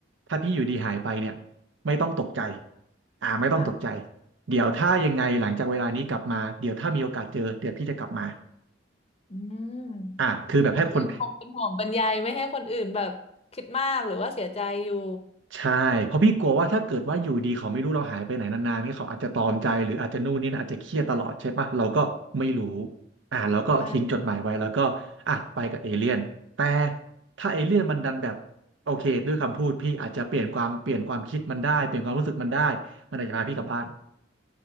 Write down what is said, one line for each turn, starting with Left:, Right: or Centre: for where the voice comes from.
Right: ถ้าพี่อยู่ดีหายไปเนี่ย ไม่ต้องตกใจอ่าไม่ต้องตกใจ
Left: ค่ะ
Right: เดี๋ยวถ้ายังไงหลังจากเวลานี้กลับมา เดี๋ยวถ้ามีโอกาสเจอเดี๋ยวพี่จะกลับมา
Left: อืม
Right: อ่าคือแบบให้คน
Left: ผมยังคงเป็นห่วงบรรยายไม่ให้คนอื่นแบบคิดมากหรือว่าเสียใจอยู่
Right: ใช่เพราะพี่กลัวว่าถ้าเกิดว่าอยู่ดีเขาไม่รู้เราหายไปไหนนานๆเนี่ยเขาอาจจะตรอมใจหรืออาจจะนู่นนี่นะอาจจะเครียดตลอดใช่ปะเราก็ไม่รู้
Left: อืม
Right: อ่าเราก็ทิ้งจดหมายไว้แล้วก็อ่ะไปกับเอเลี่ยนแต่
Left: ค่ะ
Right: ถ้าเอเลี่ยนมันดันแบบโอเคด้วยคำพูดพี่อาจจะเปลี่ยนความเปลี่ยนความคิดมันได้เปลี่ยนความรู้สึกมันได้มันอาจจะพาพี่กลับบ้าน